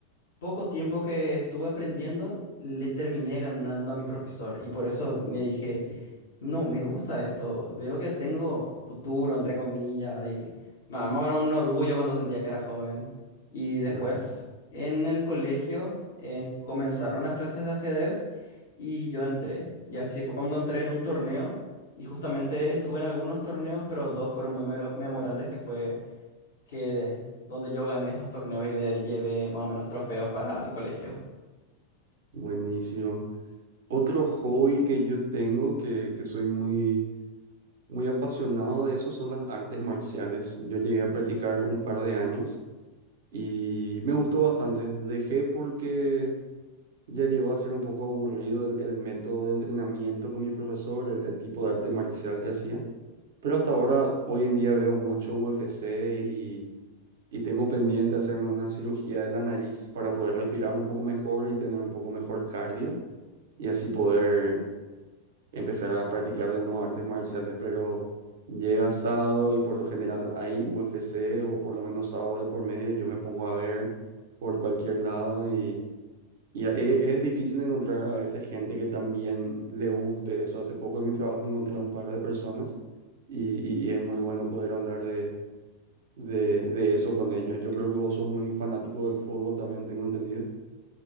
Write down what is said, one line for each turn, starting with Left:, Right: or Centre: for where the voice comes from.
Left: poco tiempo que estuve aprendiendo, le terminé ganando a mi profesor. Y por eso me dije,
Right: ujú,
Left: no, me gusta esto, veo que tengo futuro, entre comillas, y ma- más o menos un orgullo cuando sentía que era joven. Y después
Right: Claro,
Left: en el colegio eh, comenzaron las clases de ajedrez y yo entré. Y así fue cuando entré en un torneo y justamente estuve en algunos torneos, pero dos fueron muy mero- memorables, que fue que donde yo gané estos torneos y le llevé más o menos trofeos para el colegio.
Right: buenísimo. Otro hobby que yo tengo, que, que soy muy, muy apasionado de eso, son las artes marciales. Yo llegué a practicar un par de años y me gustó bastante. Dejé porque ya llegó a ser un poco aburrido el, el método de entrenamiento con mi profesor, el, el tipo de arte marcial que hacía. Pero hasta ahora, hoy en día veo mucho UFC y, y tengo pendiente hacerme una cirugía de la nariz para poder respirar un poco mejor y tener un poco mejor cardio y así poder empezar a practicar de nuevo artes marciales, pero llega sábado y por lo general hay UFC o por lo menos sábado de por medio, yo me pongo a ver por cualquier lado y, y e- es, difícil encontrar a veces gente que también le guste eso. Hace poco en mi trabajo encontré a un par de personas y, y, y es muy bueno poder hablar de, de, de eso con ellos. Yo creo que vos sos muy fanático del fútbol también, tengo entendido.